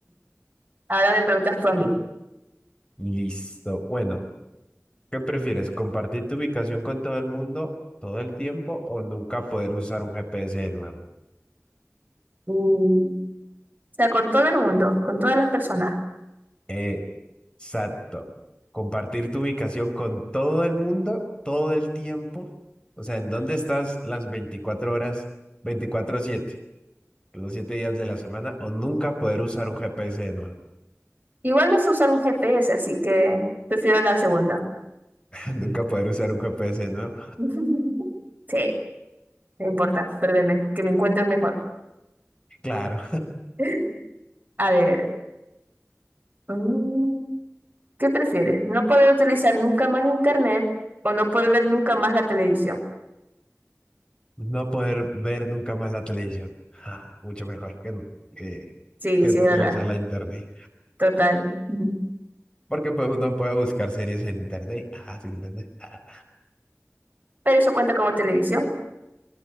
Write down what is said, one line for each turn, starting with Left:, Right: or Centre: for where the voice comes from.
Right: ahora me preguntas tú a mí.
Left: Listo. Bueno, ¿qué prefieres? ¿Compartir tu ubicación con todo el mundo todo el tiempo o nunca poder usar un GPS de nuevo?
Right: Mm, O sea, con todo el mundo, con todas las personas.
Left: Exacto. Compartir tu ubicación con todo el mundo todo el tiempo. O sea, ¿en dónde estás las 24 horas, veinticuatro siete, los siete días de la semana? O nunca poder usar un GPS de nuevo.
Right: Igual no sé usar un GPS, así que prefiero la segunda.
Left: <laughs> Nunca poder usar un GPS de nuevo.
Right: <laughs> Sí, no importa, perdeme, que me encuentren mejor.
Left: Claro.
Right: <laughs> A ver. mm, ¿Qué prefieres? ¿No poder utilizar nunca más internet o no poder ver nunca más la televisión?
Left: No poder ver nunca más la televisión. Ah, mucho mejor que, no- que,
Right: Sí,
Left: que
Right: sí,
Left: no
Right: es
Left: utilizar
Right: verdad.
Left: la internet.
Right: Total. Ujú.
Left: Porque pues uno puede buscar series en internet. Ah, sí, internet. Ah.
Right: Pero eso cuenta como televisión.